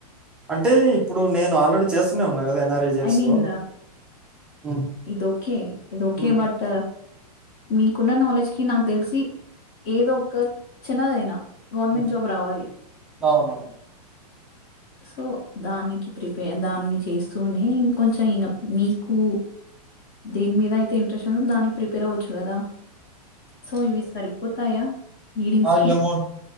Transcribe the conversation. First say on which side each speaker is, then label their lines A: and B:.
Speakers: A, in the centre; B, on the left.
A: అంటే ఇప్పుడు నేన్ ఆల్రెడీ చేస్తూనే ఉన్నా కదా ఎన్ఆర్ఎజిఎస్
B: ఐ మీన్
A: లో ఉమ్,
B: ఇది ఒకే ఇది ఒకే
A: ఉమ్,
B: బట్ మీకున్న నాలెడ్జ్ కి నాక్ తెలిసి ఏదో ఒక చిన్నదైనా గవర్నమెంట్
A: ఉమ్,
B: జాబ్ రావాలి
A: అవునవును
B: సో దానికి ప్రిపే దాన్ని చేస్తూనే ఇంకొంచెం ఇగ మీకు దేని మీద అయితే ఇంట్రెస్ట్ ఉందో దానికి ప్రిపేర్ అవ్వచ్చు కదా. సో ఇవి సరిపోతాయా? రీడింగ్స్
A: అల్
B: కి
A: అమౌంట్